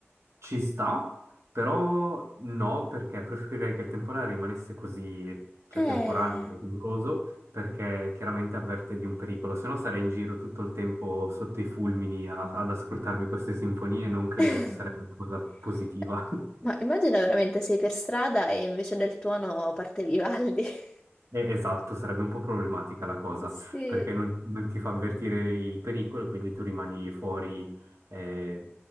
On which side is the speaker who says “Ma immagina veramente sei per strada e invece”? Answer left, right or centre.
Left